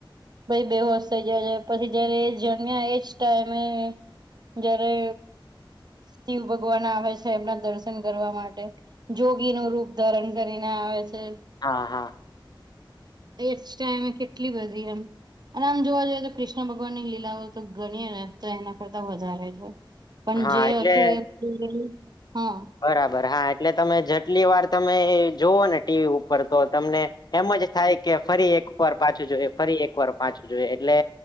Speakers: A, on the right (about 55°); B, on the left (about 50°).
A: ભાઈ બેહોશ થઇ જાય છે પછી જયારે એ જમ્યા એજ ટાઈમે જયારે શિવ ભગવાન આવે છે એમના દર્શન કરવા માટે જોગી નું રૂપ ધારણ કરીને આવે છે
B: હા હા
A: એજ ટાઈમે કેટલી બધી એમ અને આમ જોવા જઈએ તો કૃષ્ણ ભગવાન ની લીલાઓ તો ગણી ને તો એના કરતા વધારે છે પણ
B: હા એટલે
A: જે તું હા
B: બરાબર હા એટલે તમે જેટલી વાર તમે જોુવ ને ટીવી ઉપર તો તમને એમ જ થાય કે ફરી એક વાર પાછું જોઈ ફરી એકવાર પાચું જો એટલે